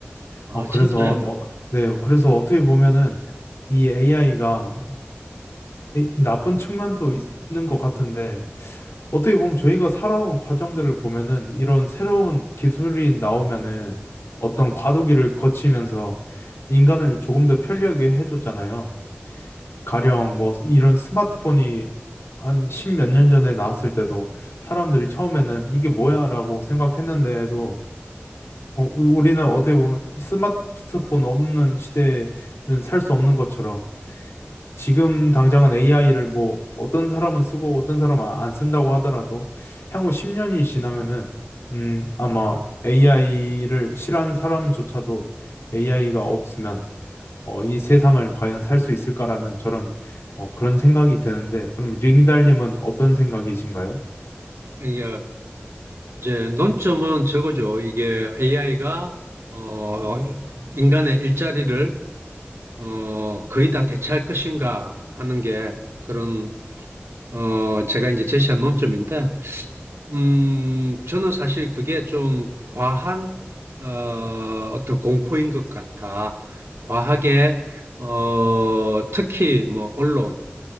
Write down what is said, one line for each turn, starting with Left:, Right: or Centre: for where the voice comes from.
Right: 아,
Left: 어, 그래서,
Right: 진짜요?
Left: 어, 네, 그래서 어떻게 보면은 이 AI가 나쁜 측면도 있는 것 같은데, 어떻게 보면 저희가 살아온 과정들을 보면은 이런 새로운 기술이 나오면은 어떤 과도기를 거치면서 인간을 조금 더 편리하게 해줬잖아요. 가령 뭐 이런 스마트폰이 한 십몇 년 전에 나왔을 때도 사람들이 처음에는 이게 뭐야라고 생각했는데도 어, 우- 우리는 어떻게 보면 스마트폰 없는 시대는 살 수 없는 것처럼 지금 당장은 AI를 뭐 어떤 사람은 쓰고 어떤 사람은 아- 안 쓴다고 하더라도 향후 10년이 지나면은 음, 아마 AI를 싫어하는 사람조차도 AI가 없으면 어, 이 세상을 과연 살 수 있을까라는 저런 어, 그런 생각이 드는데 그럼 링달님은 어떤 생각이신가요?
Right: 이게 이제 논점은 저거죠. 이게 AI가 어, 인간의 일자리를 어, 거의 다 대체할 것인가 하는 게 그런 어, 제가 이제 제시한 논점인데, 음, 저는 사실 그게 좀 과한 어, 어떤 공포인 것 같아. 과하게 어, 특히 뭐 언론